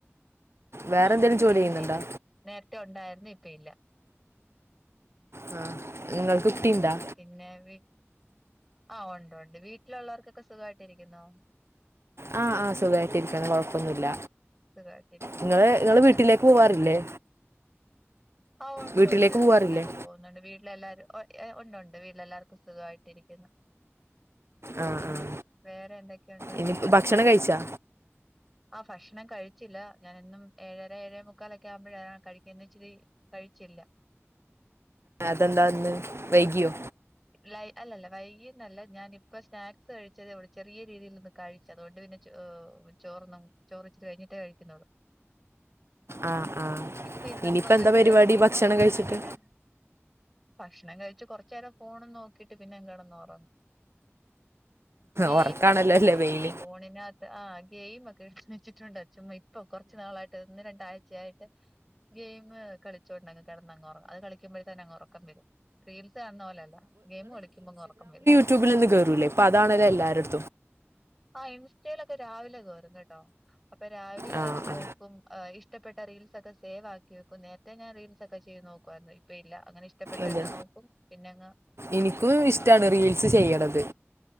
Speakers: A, on the right (about 60°); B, in the centre.
A: വേറെ
B: ആ
A: എന്തെങ്കിലും ജോലി ചെയ്യുന്നുണ്ടോ
B: ഇല്ല ഇല്ല നേരത്തെ ഉണ്ടായിരുന്നു ഇപ്പ ഇല്ല
A: ആ നിങ്ങൾക്ക് കുട്ടിയുണ്ടോ
B: ഉം പിന്നെ വി ആ ഉണ്ട് ഉണ്ട് വീട്ടിലുള്ളവർക്കൊക്കെ സുഖായിട്ടിരിക്കുന്നോ
A: ആ ആ സുഖമായിട്ടിരിക്കണം കുഴപ്പമൊന്നുമില്ല
B: സുഖായിട്ടിരിക്കുന്നു
A: നിങ്ങൾ
B: അല്ലെ
A: നിങ്ങൾ
B: എല്ലാരും
A: വീട്ടിലേക്ക് പോവാറില്ലേ
B: ആ ഉണ്ട്ണ്ട്
A: വീട്ടിലേക്ക് പോവാറില്ലേ
B: വീട്ടിലൊക്കെ പോകുന്നുണ്ട് വീട്ടിലെല്ലാരും ഉണ്ട് ഉണ്ട് വീട്ടിലെല്ലാർക്കും സുഖമായിട്ടിരിക്കുന്നു
A: ആ
B: പിന്നെ
A: ആ
B: വേറെ എന്തൊക്കെയുണ്ട്
A: ഇനി ഭക്ഷണം കഴിച്ചാ
B: ആ ഭക്ഷണം കഴിച്ചില്ല ഞാനന്നും ഏഴര ഏഴേ മുക്കാലൊക്കെ ആവുമ്പോഴ കഴിക്കുന്ന ഇച്ചിരി കഴിച്ചില്ല
A: അതെന്താന്ന് വൈകിയോ
B: ലൈ അല്ലല്ല വൈകി ന്നല്ല ഞാനിപ്പ സ്നാക്സ് കഴിച്ചതേള്ളൂ ചെറിയ രീതിയിലൊന്ന് കഴിച്ചു അതുകൊണ്ട് പിന്നെ ച്ചോ ചോറൊന്നും ചോറ്ചിരി കഴിഞ്ഞിട്ടേ കഴിക്കുന്നൊള്ളൂ
A: ആ ആ
B: ഇപ്പ ഇരുന്നപ്പോ
A: ഇനിയിപ്പോൾ എന്താ
B: എനിക്ക്
A: പരിപാടി
B: വെശന്നപ്പോ
A: ഭക്ഷണം കഴിച്ചിട്ട്
B: ഞാനിങ്ങനെ ഭക്ഷണം കഴിച്ച് കൊർച്ചേരം ഫോൺ നോക്കിട്ട് പിന്നെങ്ങ് കെടന്നൊറങ്ങും ഗെയിമ്
A: ഉറക്കാണല്ലോ
B: കളിക്കുആയിരുന്നു
A: അല്ലേ വെയിൽ
B: ഞാൻ ഫോണിനകത്ത് ആ ഗെയിമൊക്കെ ഷ്ണിച്ചിട്ടുണ്ട് ചുമ്മാ ഇപ്പൊ കൊറച്ച് നാളായിട്ട് ഒന്ന് രണ്ടായി ഉച്ചയായിട്ട് ഗെയിമ് കളിച്ചോണ്ടങ് കെടന്നങ്ങോർങ്ങും അത് കളിക്കുമ്പോഴേക്കന്നെ അങ്ങ് ഒറക്കം വരും റീൽസ് കാണുന്ന പോലല്ല ല്ല ഗെയിമ് കളിക്കുമ്പങ്ങ് ഒറക്കം വരും
A: ട്യൂബിൽ ഒന്നും കയറൂല്ലേ അപ്പൊ അതാണല്ലോ എല്ലാരടത്തും
B: ആ ഇൻസ്റ്റയിലൊക്കെ രാവിലെെ കേയറും കേട്ടോ അപ്പൊ രാവിലെ കേയറി
A: ആ ആ
B: നോക്കും ഇഷ്ടപ്പെട്ട റീൽസൊക്കെ സേവ് ആക്കി വെക്കും നേരത്തെ ഞാൻ റീൽസ്ക്കെ ചെയ്ത് നോക്കുവായിരുന്നു ഇപ്പ ഇല്ല അങ്ങനെ ഇഷ്ട ഇഷ്ടപ്പെട്ടൊക്കെ
A: അതെ
B: നോക്കും പിന്നെങ്ങങ്
A: എനിക്കും ഇഷ്ടമാണ്
B: ആ
A: റീൽസ് ചെയ്യണത്